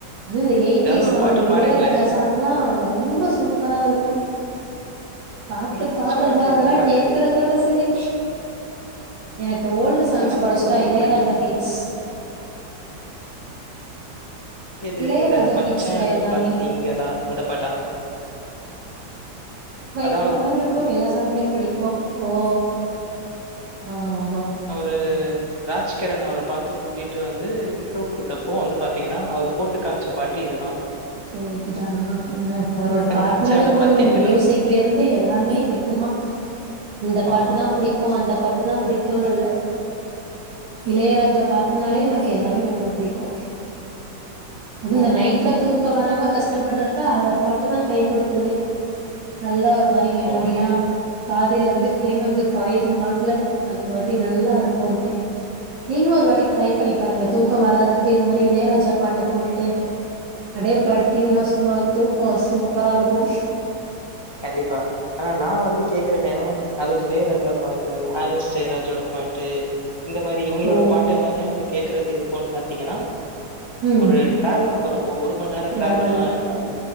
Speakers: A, on the right; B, on the left.
A: அது எயிட்டி
B: ஏதாவது
A: சாங்
B: ஒரு பாட்டு
A: இந்த இளையராஜா
B: பாடுங்களே
A: சாங்ல்லா ரொம்ப சூப்பரா இருக்கு பாட்டு
B: உங்களுக்கு புடிச்ச
A: பாட்றதா
B: பாட்டு
A: அதல்லா
B: என்ன பாட்டு
A: கேக்கறதோட சரி எனக் ஓல்டு சான்ஸ்
B: என்ன பாட்டு
A: மோஸ்டா
B: உங்களுக்கு
A: இளையராஜா
B: புடிக்கு
A: ஹிட்ஸ்
B: எது
A: இளையராஜா
B: இந்த மச்சன்னு
A: ஹிட்ஸ்ல எல்லாமே
B: பாத்தீங்களா அந்த பாட்டா அத
A: உஇருக்கு எல்லா சாங்குமே பிடிக்கு ஓ ஆ ஆமா
B: அவுரு ராஜ்கிரன் அவர பாத்து கூட்டிட்டு வந்து இன்ட்ரோ குடுத்தப்போ வந்து பாத்தீங்கன்னா அவரு போட்டு காம்ச்ச பாட்டு இதுதா
A: ஓ இதுதானா ஹ அவரோட பாட்னாலே
B: மச்சான
A: போதுமே
B: பாத்தீங்களா
A: இந்த மியூசிக்லருந்து எல்லாமே ஹிட் தா இந்த பாட்டு
B: ஆமா
A: தா புடிக்கு அந்த பாட்டுதா புடிக்குனுல்ல இளையராஜா பாட்டுனாலே எனக்கு எல்லாமே ரொம்ப புடிக்கு அந்த
B: ஓ
A: நைட்ல தூக் க்க வராம கஷ்டப்பட்றப்ப அவரு பாட்டு தா கை குடுத்ததே நல்ல ஒரு மாரி மெலோடியா
B: ஓ
A: காதில் வந்து தேன் வந்து பாயிதும்பாங்ல அது மாதிரி நல்லாருக்கு அப்டே நீங்களு ஒரு வாட்டி ட்ரை பண்ணி பாருங்க தூக்கொ வராதப்ப இது மாரி இளையராஜா பாட்ட போட்டுட்டு அடே படுத்தீங்னா சும்மா தூக்கொ சூப்பராருக்கு
B: கண்டிப்பா ஆனா நா வந்து கேக்குற நேரொ அதுவு இளையராஜா பா ட்டு ஹாரிஸ் ஜெயராஜோட பாட்டு இந்த மாரி இவுங்ளோட
A: ஓ
B: பாட்டெல்லாமே வந்து கேக்குறது எப்போன் பாத்தீங்கனா
A: ம்
B: ஒரு டிராவல் போற ப்பொ ஒரு மண் நேர
A: டிராவல்ல
B: ட்ராவெல்லாருக்கு